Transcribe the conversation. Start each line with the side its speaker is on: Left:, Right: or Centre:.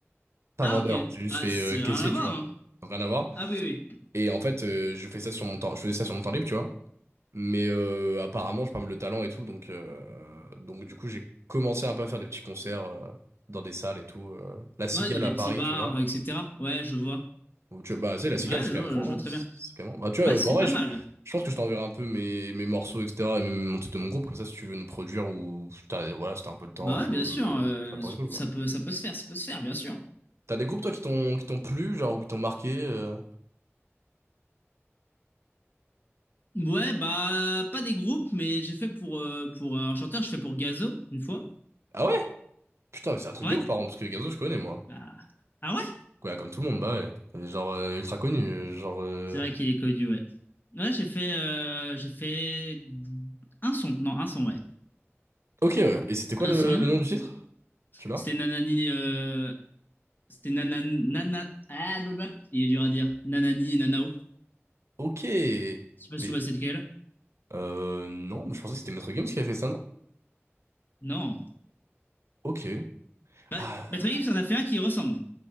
Right: Pas
Left: Ah
Right: vendeur,
Left: ok.
Right: j'ai juste
Left: Bah,
Right: fait
Left: c'est
Right: euh, caissier,
Left: rien à voir,
Right: tu vois.
Left: hein.
Right: Donc, rien à voir.
Left: Ah oui, oui.
Right: Et en fait, euh, je fais ça sur mon temps, je faisais ça sur mon temps libre, tu vois. Mais euh, apparemment, j'ai pas mal de talent et tout, donc, euh, donc du coup, j'ai commencé un peu à faire des petits concerts euh, dans des salles et tout. euh. La Cigale
Left: Ouais, dans des
Right: à
Left: petits
Right: Paris,
Left: bars,
Right: tu vois.
Left: etc. Ouais, je vois.
Right: Où tu- bah, tu sais, la Cigale,
Left: Bah,
Right: c'est
Left: ouais, je,
Right: quand
Left: vois-
Right: même grand,
Left: je vois très
Right: hein. C'est
Left: bien.
Right: c'est quand même... Bah, tu vois,
Left: Ouais,
Right: en
Left: c'est
Right: vrai,
Left: pas
Right: je,
Left: mal.
Right: je pense que je t'enverrai un peu mes, mes morceaux, etc., et même mon truc de mon groupe, comme ça, si tu veux nous produire ou... t'as- Voilà, si t'as un peu le temps
Left: Bah,
Right: et
Left: ouais,
Right: tout,
Left: bien
Right: euh,
Left: sûr. euh,
Right: ça pourrait être cool, quoi.
Left: ça peut, ça peut se faire, ça peut se faire, bien sûr.
Right: T'as des groupes, toi, qui t'ont qui t'ont plu, genre, ou qui t'ont marqué euh
Left: Ouais, bah, pas des groupes, mais j'ai fait pour, euh, pour euh, un chanteur, je fais pour Gazo, une fois.
Right: Ah ouais? Putain, mais c'est un truc
Left: Ouais.
Right: de ouf, par contre, parce que Gazo, je connais, moi.
Left: Bah, Ah ouais?
Right: Ouais, comme tout le monde, bah ouais. Genre, euh, ultra connu, euh, genre... euh,
Left: C'est vrai qu'il est connu, ouais. Ouais, j'ai fait, euh, j'ai fait un son. Non, un son, ouais.
Right: Ok, ouais. Et c'était quoi
Left: Un
Right: le,
Left: son.
Right: le nom du titre? Tu l'as?
Left: C'était Nanani. euh, C'était Nanana. Nana... Ah, blablabla. Il est dur à dire. Nanani et Nanao.
Right: Ok.
Left: Je sais pas
Right: Mais
Left: si tu vois c'est lequel.
Right: euh, non, mais je pensais que c'était Maître Games qui avait fait ça, non?
Left: Non.
Right: Ok.
Left: Bah,
Right: Ah,
Left: Patrick Gibbs en a fait un qui ressemble.